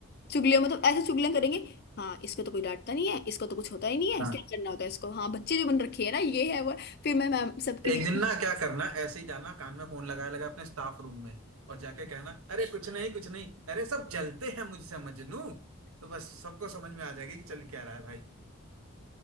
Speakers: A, on the left; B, on the right.
A: चुगलियां मतलब ऐसे चुगलियां करेंगे हाँ इसको तो कोई डांटता नहीं है इसको तो कुछ होता ही नहीं है
B: हाँ
A: क्या करना होता है इसको हाँ बच्चे जो बन रखे है ना ये है वो है। फिर मैं मैम सबके
B: एक
A: बीच
B: दिन ना क्या करना ऐसे ही जाना कान में फोन लगाए लगा अपने स्टाफ रूम में और जाके कहना अरे कुछ नहीं कुछ नहीं अरे सब जलते हैं मुझसे मजनू तो बस सबको समझ में आ जाएगा कि चल क्या रहा है